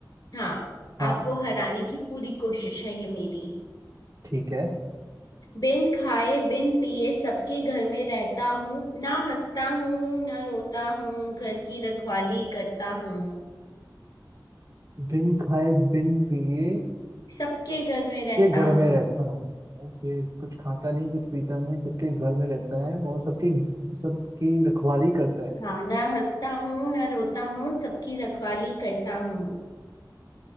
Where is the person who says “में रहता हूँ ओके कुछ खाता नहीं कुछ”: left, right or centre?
Right